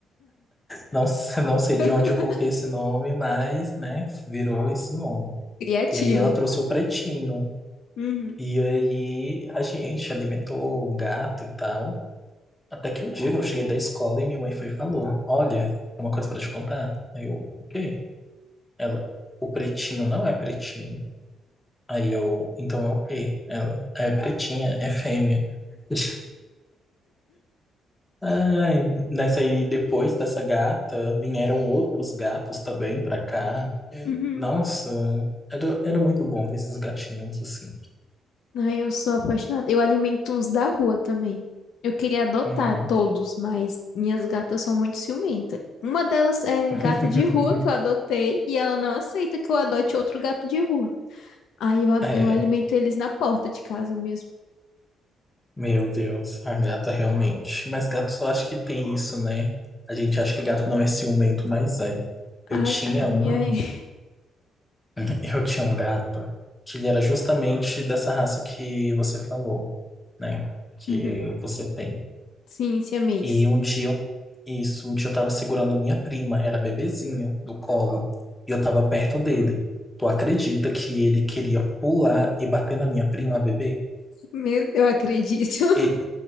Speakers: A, on the left; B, on the left.
A: Não, se- <laughs> não sei
B: <laughs>
A: de onde eu coloquei esse nome, mas, né, virou esse nome.
B: Criativo.
A: E aí ela trouxe o pretinho.
B: Uhum.
A: E aí a gente alimentou o gato e tal. Até que um dia eu cheguei da escola e minha mãe foi e falou: Olha, tem uma coisa pra te contar. Aí eu, o quê? Ela, o pretinho não é pretinho. Aí eu, então é o quê? Ela, é pretinha, é fêmea. <laughs> Ai, nessa aí, depois dessa gata, vieram outros gatos também pra cá. E,
B: Uhum.
A: Nossa, era, era muito bom ter esses gatinhos assim.
B: Ai, eu sou apaixonada. Eu alimento uns da rua também. Eu queria adotar
A: Uhum.
B: todos, mas minhas gatas são muito ciumentas. Uma delas é
A: <laughs>
B: gata de rua que eu adotei e ela não aceita que eu adote outro gato de rua. Aí eu, a-
A: É,
B: eu alimento eles na porta de casa mesmo.
A: meu Deus, a gata realmente. Mas gato só acho que tem isso, né? A gente acha que gato não é ciumento, mas é. Eu
B: Ai,
A: tinha
B: a
A: um,
B: minha. <laughs>
A: <laughs> eu tinha um gato que ele era justamente dessa raça que você falou, né? Que
B: Uhum.
A: você tem.
B: Sim, siamês.
A: E um dia eu, isso, um dia eu tava segurando minha prima, era bebezinha, do colo, e eu tava perto dele. Tu acredita que ele queria pular e bater na minha prima, a bebê?
B: Meu, eu acredito.
A: E